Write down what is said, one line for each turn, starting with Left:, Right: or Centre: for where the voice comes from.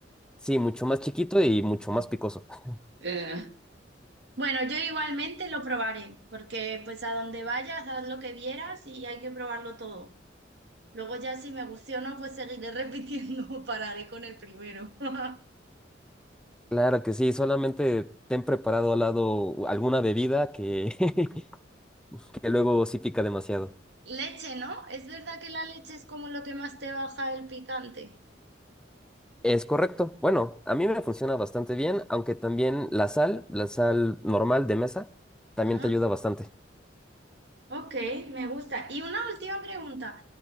Centre: sí, mucho más chiquito y mucho
Right: Mm.
Centre: más picoso. <laughs>
Right: Eh. Bueno, yo igualmente lo probaré, porque pues a donde vayas, haz lo que vieras y hay que probarlo todo. Luego ya si me guste o no, pues seguiré <laughs> repitiendo, pararé con el primero. <laughs>
Centre: Claro que sí, solamente ten preparado al lado alguna bebida que, <laughs> que luego sí pica demasiado.
Right: Leche, ¿no? ¿Es verdad que la leche es como lo que más te baja el picante?
Centre: Es correcto. Bueno, a mí me funciona bastante bien, aunque también la sal, la sal normal de mesa, también
Right: Ajá.
Centre: te ayuda bastante.
Right: Ok, me gusta. Y una última pregunta.